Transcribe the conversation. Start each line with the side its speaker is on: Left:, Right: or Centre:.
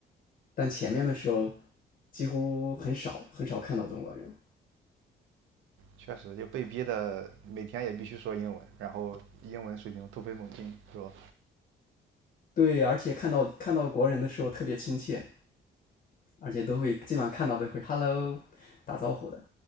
Left: 但前面的时候，几乎很少很少看到中国人，
Right: 确实，就被逼的每天也必须说英文，然后英文水平突飞猛进，是吧？
Left: 对，而且看到看到国人的时候特别亲切，而且都会基本上看到都会 “hello” 打招呼的。